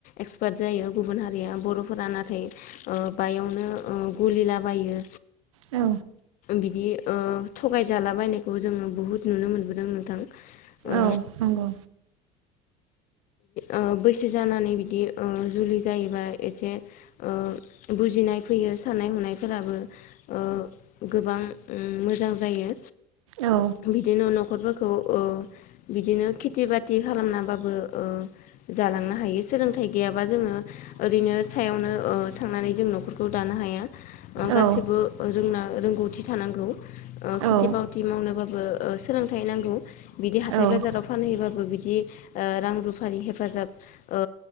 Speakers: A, on the left; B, on the right.
A: एक्सपाट जायो गुबुन हारि हारिया बर'फोरा नाथाय ओ बायावनो ओ गलिलाबायो।
B: औ
A: बिदि ओ थगाय जा लाबायनायखौ जोङो बुहुत नुनो मोनबोदों नोंथां। ओ
B: औ नंगौ।
A: ओ बैसो जानानै बिदि ओ जुलि जायो। एबा एसे ओ बुजिनाय फैयो साननाय हनायफोराबो ओ गोबां ओम मोजां जायो।
B: औ
A: बिदिनो नख न'खरफोरखौ ओ बिदिनो खेथि बाति खालामनाबाबो ओ जालांनो हायो सोलोंथाइ गैयाबा जोङो ओरैनो सायावनो ओ थांनानै जों न'खरखौ दानो हाया। ओ गासिबो
B: औ
A: रोंना रोंगौथि थानांगौ ओ खेथि
B: औ
A: बावथि मावनोबाबो ओ सोलोंथाइ नांगौ। बिदि हाथाय
B: औ
A: बाजाराव फानहैबाबो बिद जि ओ रां रुफानि हेफाजाब ओ